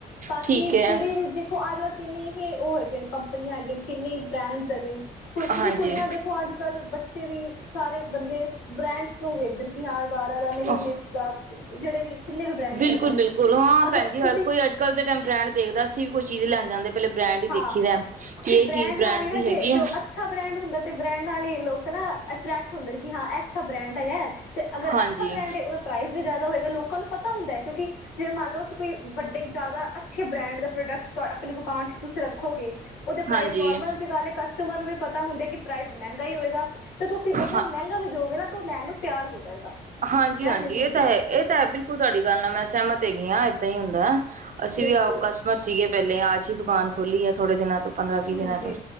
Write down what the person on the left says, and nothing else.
ਤਾਂ
ਕਿ
ਜੈੜੀ ਵੀ ਦੇਖੋ ਅੱਜ ਕਿੰਨੀ ਹੀ ਓ ਹੈਗੇ ਨੇ ਕੰਪਨੀਆਂ ਹੈਗੀ ਨ ਕਿੰਨੀ ਬ੍ਰੈਂਡਸ ਹੈਗੇ ਨ ਕੁਰ
ਕਿ ਕੁੜੀਆਂ ਦੇਖੋ ਅੱਜ ਕੱਲ ਬੱਚੇ ਵੀ ਸਾਰੇ ਬੰਦੇ ਬ੍ਰੈਂਡਸ ਨੂੰ ਵੇਖਦੇ ਕਿ ਹਾਂ ਜਾ਼ਰਾ ਦਾ ਮਿਨੀ
ਮਿਲਿਸਟ ਦਾ ਜੇੜੇ ਵੀ ਜਿੰਨੇ ਵੀ ਬ੍ਰੈਂਡਸ
ਹੈਗੇ ਨੇ
ਅਗਰ
ਤੁਸੀਂ
ਹਾਂ
ਕਿਉਂਕਿ
ਨਾਲ ਹੀ ਨਾ
ਜੇ
ਜੋ
ਅੱਛਾ ਬ੍ਰੈਂਡ ਹੁੰਦਾ ਤੇ ਬ੍ਰੈਂਡ ਨਾਲ ਈ ਲੋਕ ਨਾ ਅਟਰੈਕਟ ਹੁੰਦੇ ਨੇ ਕਿ ਹਾਂ ਐ ਅੱਛਾ ਬ੍ਰੈਂਡ ਹੈਗਾ ਐ। ਤੇ ਅਗਰ
ਅੱਛਾ ਬ੍ਰੈਂਡ ਏ, ਓਦਾ ਪ੍ਰਾਈਜ਼ ਵੀ ਜਾਦਾ ਹੋਏਗਾ ਲੋਕਾਂ ਨੂੰ ਪਤਾ ਹੁੰਦਾ ਐ ਕਿਉਂਕਿ ਜੇ ਮੰਨ ਲਓ ਅਸੀ ਕੋਈ ਵੱਡੇ ਜਾਦਾ ਅੱਛੇ ਬ੍ਰੈਂਡ ਦਾ ਪ੍ਰੋਡਕਟਸ ਅਪਨੀ ਦੁਕਾਨ ਚ ਤੁਸੀ ਰੱਖੋਗੇ, ਓਦੇ
ਪ੍ਰਾਈਜ਼ ਨੋਰਮਲ ਜਿ ਗੱਲ ਏ ਕਸਟ ਕਸਟੁਮਰ ਨੂੰ ਵੀ ਪਤਾ ਹੁੰਦਾ ਕਿ ਪ੍ਰਾਈਜ਼ ਮੈਂਗਾ ਈ ਹੋਏਗਾ। ਤੇ ਤੁਸੀ ਅਗਰ
ਓ ਮੈਂਗਾ ਵੀ ਦੇਓਗੇ ਨਾ ਤਾਂ ਓ ਲੈਨ ਨੂੰ ਤੇਆਰ ਹੋ ਜਾਏਗਾ।
ਇਹ
ਚੀਜ਼ ਹੁੰਦੀ
ਬਿਲਕੁਲ
ਹਾਂਜੀ